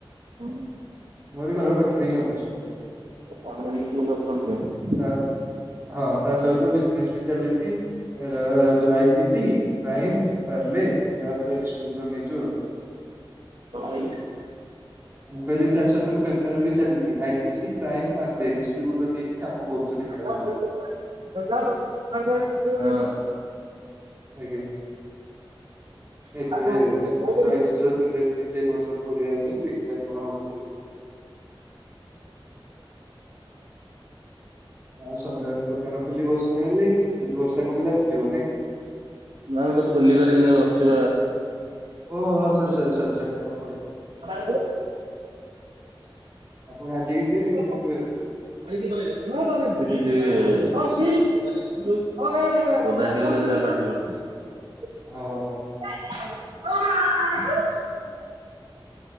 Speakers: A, on the right; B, on the right.
A: ହୁଁ
B: ମୋରି ଘର ପାଖରେ ହିଁ ଅଫିସ ଟା ଧର।
A: କଣ କଲି ଠିକ ଅଛନ୍ତି ସେ।
B: ତା ହଁ ତା ସହିତ ବିଜନେସ ବି ଚାଲିଚି। ଏଡା ଯୋଉ I T C prime Parle ଏଇରା ଉପରେ ଡିସଟିବୁଟର ନେଇଚୁ ଆଉ।
A: କଣ କହିଲେ?
B: ମୁଁ କହିଲି ଚାଷ ତ ବେପାର ବି ଚାଲିଛି I T C prime Parle distributor ନେଇକି କାମ କରଚୁ ଢେଙ୍କାନାଳ
A: ନା
B: ରେ।
A: <unintelligible>
B: ଆଜ୍ଞା। ଏବେ
A: ମୁଁ
B: ଦେଖୁଥିଲୁ <unintelligible> ସେ ପର୍ସ ପରିବା ପାଇଁ ଦେଖିବା କଣ ହଉଚି। ହଁ ସନ୍ଧ୍ୟାବେଳେ ଦୋକାନ ଖୋଲିବ ସନ୍ଧ୍ୟାବେଳେ ଯାଇକି ଯଦି ବର୍ଷା କମିଲା ଖୋଲିବ ନା କି।
A: ନା ମୁଁ ତ ଖୋଲି ପାରିବିନି ଅଛି
B: ଓ ହଁ ସରି ସରି ସରି ସରି ଆପଣ କହିଲେ।
A: ପା
B: ଆପଣ ଆଜି ହିଁ ଫେରିବେ ନା
A: <unintelligible>
B: କେବେ ଫେରିବେ?
A: <inaudible> <inaudible> <inaudible>
B: ହଉ ହଉ ହଉ।
A: <inaudible>